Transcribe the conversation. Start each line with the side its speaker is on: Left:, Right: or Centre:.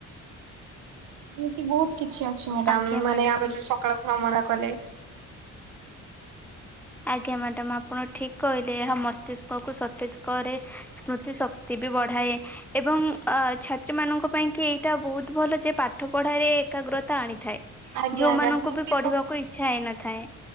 Right: ଏମିତି ବହୁତ କିଛି ଅଛି ମ୍ୟାଡାମ
Centre: ଆଜ୍ଞା
Right: ମାନେ
Centre: ମ୍ୟାଡ଼ାମ।
Right: ଆମର ଯୋଉ ସକାଳ ଭ୍ରମଣା କଲେ।
Centre: ଆଜ୍ଞା ମ୍ୟାଡାମ ଆପଣ ଠିକ କହିଲେ ଏହା ମସ୍ତିଷ୍କକୁ ସତେଜ କରେ। ସ୍ମୃତି ଶକ୍ତି ବି ବଢାଏ। ଏବଂ ଛାତ୍ରୀମାନଙ୍କ ପାଇଁକି ଏଇଟା ବହୁତ ଭଲ ଯେ ପାଠ ପଢ଼ାରେ ଏକାଗ୍ରତା ଆଣିଥାଏ।
Right: ଆଜ୍ଞା
Centre: ଯୋଉମାନଙ୍କୁ
Right: ଆଜ୍ଞା ସ୍ମୃତି
Centre: ବି ପଢିବାକୁ ଇଛା ହେଇନଥାଏ।